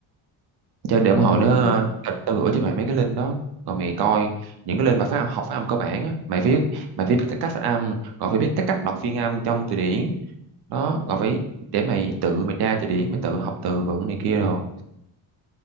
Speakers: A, on the right (about 55°); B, on the left (about 60°).
A: cho để
B: ừ
A: một hồi
B: đúng
A: nó
B: rồi
A: tao tao gửi cho mày mấy cái link đó rồi mày coi những cái link mà phát âm học phát âm cơ bản á mày viết, mày phải biết cái cách phát âm rồi phải biết cái cách đọc phiên âm trong từ điển đó rồi phải để mày tự mày tra từ điển mày tự học từ vựng này kia rồi